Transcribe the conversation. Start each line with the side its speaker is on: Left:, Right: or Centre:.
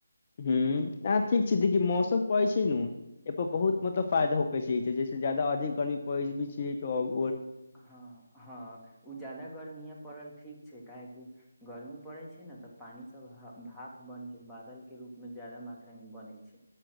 Left: हूँ आ ठीक छै
Centre: हँ
Left: देखी मौसम पैसे नु एहि पर
Centre: हँ
Left: बहुत मतलब फायदा होकर छै छै जैसे ज जादा अआदमी गर्मी परै <inaudible>
Centre: हाँ हाँ ओ ज्यादा गर्मीए पड़ल ठीक छै काहे गर्मी पड़े छै ने तऽ पानी सब भाप बन के बादल के रूप में ज्यादा मात्रा मे बनै छै